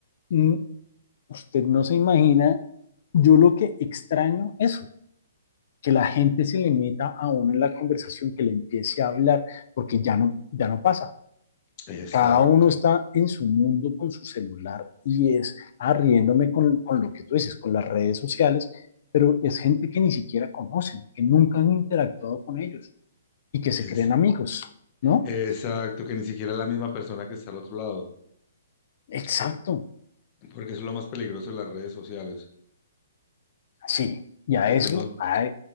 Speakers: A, on the left; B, on the left.
A: mm, usted no se imagina, yo lo que extraño eso, que la gente se le meta a uno en la conversación, que le empiece a hablar, porque ya no, ya no pasa.
B: exacto,
A: Cada uno está en su mundo con su celular y es arriéndome con, con lo que tú dices, con las redes sociales, pero es gente que ni siquiera conocen, que nunca han interactuado con ellos y que
B: eso.
A: se creen amigos, ¿no?
B: Exacto, que ni siquiera es la misma persona que está al otro lado,
A: Exacto,
B: por- porque eso es lo más peligroso de las redes sociales,
A: sí. Y a
B: que
A: eso,
B: tú no...
A: a,